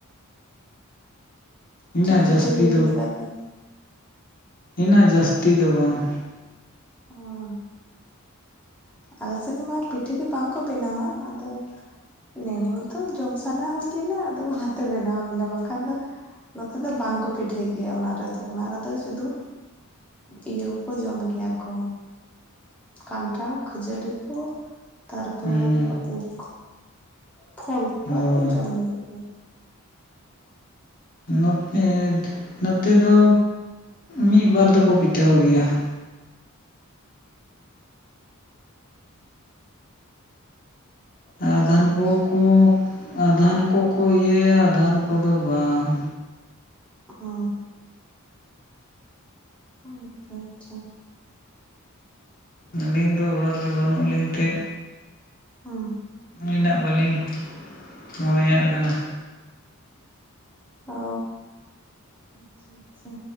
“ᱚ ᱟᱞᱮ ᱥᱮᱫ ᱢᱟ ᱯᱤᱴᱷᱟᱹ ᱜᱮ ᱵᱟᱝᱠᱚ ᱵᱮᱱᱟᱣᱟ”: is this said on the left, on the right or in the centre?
Centre